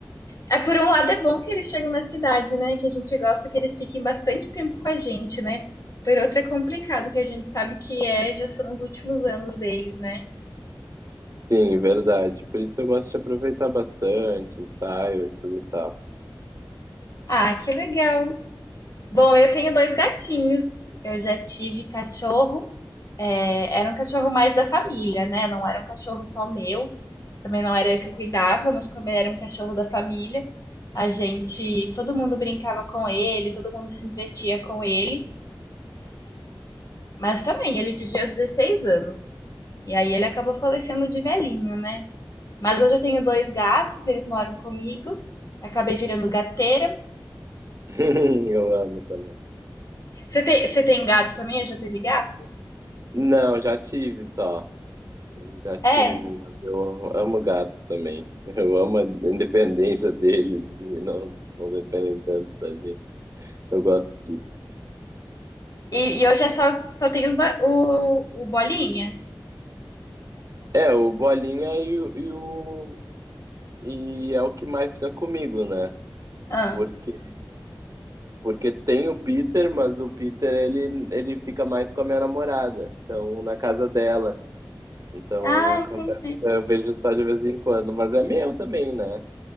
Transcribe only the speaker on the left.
é, por um lado é bom que eles chegam na cidade, né? Que a gente gosta que eles fiquem bastante tempo com a gente, né? Por outro é complicado, que a gente sabe que é, já são os últimos anos deles, né?
Ah, que legal. Bom, eu tenho dois gatinhos. Eu já tive cachorro É, Era um cachorro mais da família, né? Não era um cachorro só meu. Também não era eu que cuidava, mas como ele era um cachorro da família, a gente, todo mundo brincava com ele, todo mundo se entretia com ele. Mas também, ele viveu 16 anos. E aí ele acabou falecendo de velhinho, né? Mas hoje eu tenho dois gatos, eles moram comigo. Acabei virando gateira.
Você tem, você tem gato também? Eu já teve gato?
É.
E, e hoje é só, só tem os, ba- o, o bolinha.
Ah.
Ah,
entendi.